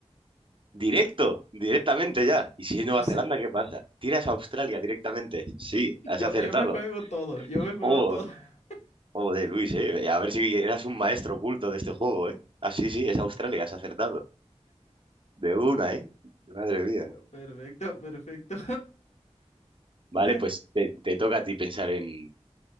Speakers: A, on the right; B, on the left.
A: Directo, directamente ya. ¿Y si es
B: Sí,
A: Nueva
B: sí.
A: Zelanda, qué pasa? Tiras a Australia directamente. Sí, has
B: Yo,
A: acertado.
B: yo me juego todo, yo me juego
A: Oh,
B: todo. <laughs>
A: de Luis, ¿eh? A ver si eras un maestro oculto de este juego, ¿eh? Ah, sí, sí, es Australia, has acertado. De una, ¿eh? Madre mía.
B: Perfecto, perfecto.
A: Vale,
B: <laughs> <laughs>
A: pues te, te toca a ti pensar en,